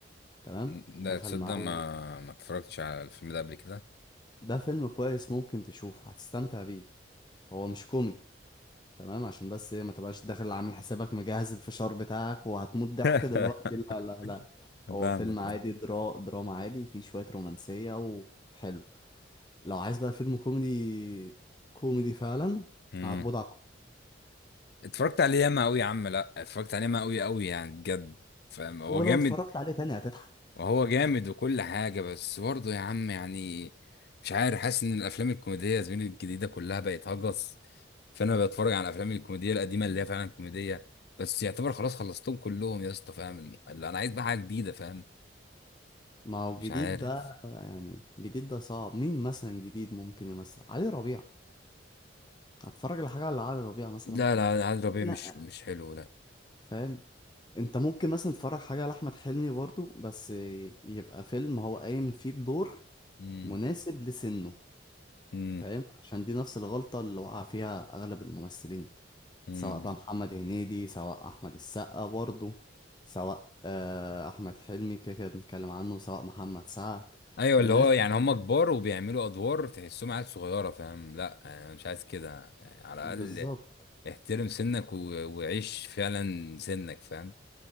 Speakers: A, on the left; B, on the left.
A: تمام
B: لا
A: دخل
B: تصدق
A: معاه
B: ما
A: و...
B: ما اتفرجتش على الفيلم ده قبل كده
A: ده فيلم كويس ممكن تشوفه هتستمتع بيه هو مش كوميدي تمام عشان بس ايه ما تبقاش داخل عامل حسابك مجهز الفشار بتاعك وهتموت ضحك
B: <laughs>
A: دلوقتي لا لا لا هو
B: فاهمك
A: فيلم عادي
B: اه
A: درا دراما عادي فيه شوية رومانسية وحلو لو عايز بقى فيلم كوميدي كوميدي فعلا
B: امم
A: عبود على الحدود.
B: اتفرجت عليه ياما قوي يا عم لا اتفرجت عليه ياما قوي قوي يعني بجد فاهم هو
A: ولو
B: جامد
A: اتفرجت عليه تاني هتضحك
B: وهو جامد وكل حاجه بس برضه يا عم يعني مش عارف حاسس ان الافلام الكوميديه يا زميلي الجديده كلها بقت هجس فانا بتفرج على الافلام الكوميديه القديمه اللي هي فعلا كوميديه بس يعتبر خلاص خلصتهم كلهم يا اسطى فاهم اللي انا عايز بقى حاجه جديده فاهم
A: ما هو الجديد
B: مش عارف
A: ده يعني الجديد ده صعب مين مثلا جديد ممكن مثلا علي ربيع هتفرج على حاجة على علي ربيع مثلا
B: لا لا عاد ربيع
A: لا
B: مش مش حلو لا
A: فاهم انت ممكن مثلا تتفرج حاجة لأحمد حلمي برضو بس يبقى فيلم هو قايم فيه بدور
B: امم
A: مناسب لسنه
B: امم
A: فاهم عشان دي نفس الغلطة اللي وقع فيها أغلب الممثلين
B: امم
A: سواء بقى محمد هنيدي سواء أحمد السقا برضه سواء آه، أحمد حلمي كده كده بنتكلم عنه سواء محمد سعد
B: ايوه
A: الناس
B: اللي هو يعني
A: دي
B: هم
A: كبرت.
B: كبار وبيعملوا ادوار تحسهم عيال صغيره فاهم لا انا مش عايز كده يعني على
A: بالظبط
B: الاقل احترم سنك و... وعيش فعلا سنك فاهم